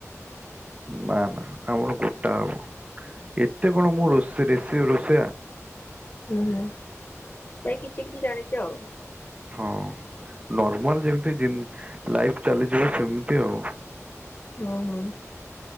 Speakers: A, on the right; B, on the left.
A: ନା ନା ଆମର ଗୋଟା ହବ ଏତେ କଣ ମୁଁ ରୋଷେଇରେଷେଇ ରୋଷେଇଆ?
B: ହୁଁ ହୁଁ ଭାଇ କିଛି କିଛି ଜାଣିଚ ଆଉ।
A: ହଁ ନର୍ମାଲ ଯେମିତି ଦିନ୍ ଲାଇଫ୍ ଚାଲିଯିବ ସେମିତି ଆଉ।
B: ହୁଁ ହୁଁ